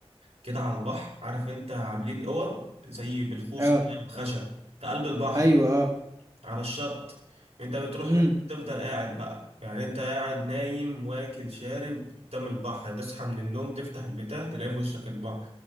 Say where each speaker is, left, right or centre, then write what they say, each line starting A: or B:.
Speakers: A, on the right (about 85°); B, on the right (about 35°).
A: كده على البحر عارف أنت عاملين أوض زي بالخوص
B: آه،
A: كده خشب في قلب البحر
B: أيوه، آه،
A: على الشط انت بتروح
B: إمم،
A: هناك تفضل قاعد بقى يعني انت قاعد نايم واكل شارب قدام البحر تصحى من النوم تفتح البتاع تلاقي في وشك البحر